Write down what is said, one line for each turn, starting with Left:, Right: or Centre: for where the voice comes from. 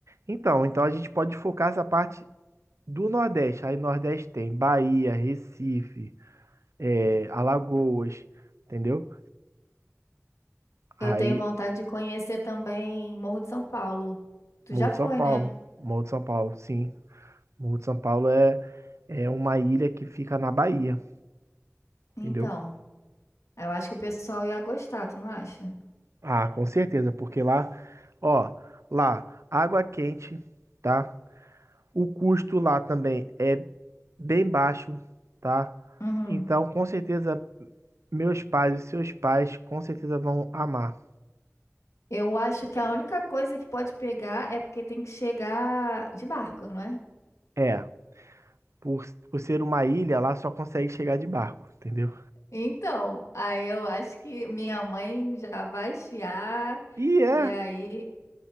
Right: Então, então a gente pode focar essa parte Do Nordeste, aí Nordeste tem Bahia, Recife, é, Alagoas, entendeu? Aí
Left: Eu tenho vontade de conhecer também Morro de São Paulo. Tu
Right: Morro
Left: já
Right: de
Left: foi,
Right: São Paulo,
Left: né?
Right: Morro de São Paulo, sim. Morro de São Paulo é, é uma ilha que fica na Bahia,
Left: Então,
Right: entendeu?
Left: eu acho que o pessoal ia gostar, tu não acha?
Right: Ah, com certeza, porque lá, ó, lá, água quente, tá? O custo lá também é bem baixo, tá?
Left: Uhum.
Right: Então, com certeza, meus pais e seus pais com certeza vão amar.
Left: Eu acho que a única coisa que pode pegar é porque tem que chegar de barco, não é?
Right: É. Por, por ser uma ilha, lá só consegue chegar de barco, entendeu?
Left: Então, aí eu acho que minha mãe já vai chiar,
Right: E é,
Left: e aí